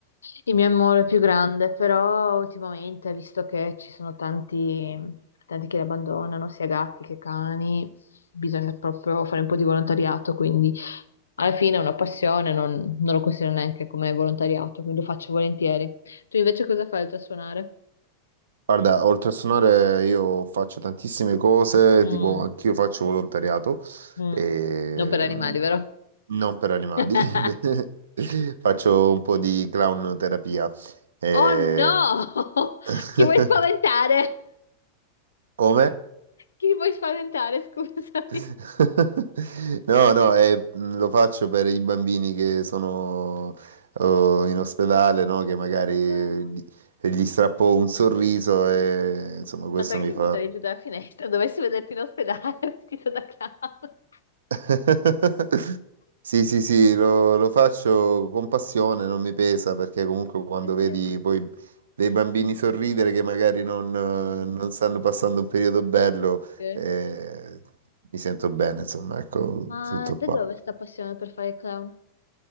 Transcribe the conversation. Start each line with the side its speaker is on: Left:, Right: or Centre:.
Left: il mio amore più grande, però ultimamente, visto che ci sono tanti, tanti che li abbandonano, sia gatti che cani, bisogna proprio fare un po' di volontariato, quindi alla fine è una passione, non, non lo considero neanche come volontariato, quindi lo faccio volentieri. Tu invece cosa fai oltre a suonare?
Right: Guarda, oltre a suonare io faccio tantissime cose,
Left: Mm.
Right: tipo anch'io faccio volontariato,
Left: Mm.
Right: ehm,
Left: Non per animali, vero?
Right: non per animali,
Left: <laughs>
Right: <laughs> faccio un po' di clown terapia. eh.
Left: Oh no!
Right: <laughs>
Left: <laughs> Chi vuoi spaventare?
Right: Come?
Left: Chi vuoi spaventare? Scusami.
Right: <laughs> No, no, eh, mh, lo faccio per i bambini che sono oh, in ospedale, no? Che magari
Left: Madonna.
Right: gli gli strappo un sorriso e insomma questo
Left: Ma sai che
Right: mi
Left: mi
Right: fa...
Left: butterei giù dalla finestra? Dovessi vederti in ospedale <laughs> vestito da clown.
Right: <laughs> Sì, sì, sì, lo, lo faccio con passione, non mi pesa perché comunque quando
Left: Ok.
Right: vedi poi dei bambini sorridere che magari non, eh,
Left: Mm,
Right: non stanno passando un periodo bello,
Left: sì.
Right: eh, mi sento bene, insomma, ecco,
Left: Ma
Right: tutto
Left: da
Right: qua.
Left: dove sta passione per fare il clown?